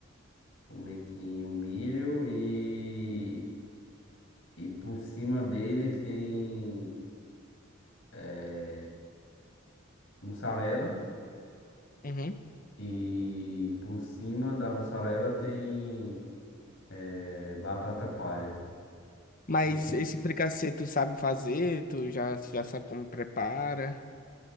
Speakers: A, on the left; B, on the left.
A: um mequinho, milho e E por cima dele tem eh, mussarela.
B: Uhum.
A: E por cima da mussarela tem eh, batata palha.
B: Mas
A: Aí fica.
B: esse fricassê tu sabe fazer, tu já, já sabe como prepara.